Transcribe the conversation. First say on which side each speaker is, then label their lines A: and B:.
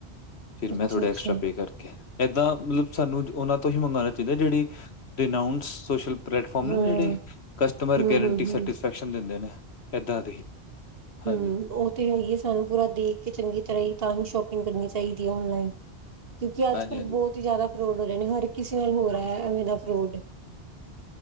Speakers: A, on the left; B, on the right.
A: ਫਿਰ ਮੈਂ,
B: ਅੱਛਾ
A: ਥੋੜੇ
B: ਅੱਛਾ
A: ਐਕਸਟਰਾ ਪੇ ਕਰਕੇ, ਏਦਾਂ ਮਤਲਬ ਸਾਨੂੰ ਉਹਨਾਂ ਤੋਂ ਹੀ ਮੰਗਾਣਾ ਚਾਹੀਦਾ, ਜਿਹੜੀ ਦੇ ਨਾਓਨ ਸੋਸ਼ਲ ਪਲੇਟਫਾਰਮ
B: ਹਾਂ
A: ਨੇ, ਜਿਹੜੇ ਕਸਟਮਰ
B: ਹਮ
A: ਗਰੰਟੀ
B: ਹਮ
A: ਸੈਟਿਸਫੈਕਸ਼ਨ
B: ਹਮ
A: ਦਿੰਦੇ ਨੇ। ਐਦਾਂ ਦੇ। ਹਾਂਜੀ
B: ਹੂੰ, ਉਹ ਤੇ ਹੈਈਏ ਸਾਨੂੰ ਪੂਰਾ ਦੇਖਕੇ ਚੰਗੀ ਤਰ੍ਹਾਂ ਹੀ ਤਾਂ, ਹੀ ਸ਼ੋਪਿੰਗ ਕਰਨੀ ਚਾਹੀਦੀ ਔਨਲਾਈਨ ਕਿਉਂਕਿ ਅੱਜ-ਕਲ
A: ਹਾਂਜੀ ਹਾਂਜੀ
B: ਬਹੁਤ ਹੀ ਜ਼ਿਆਦਾ ਫਰੋਡ ਹੋ ਰਹੇ ਨੇ, ਹਰ ਕਿਸੇ ਨਾਲ ਹੋ ਰਿਹਾ ਹੈ, ਐਵੇਂ ਦਾ ਫਰੋਡ।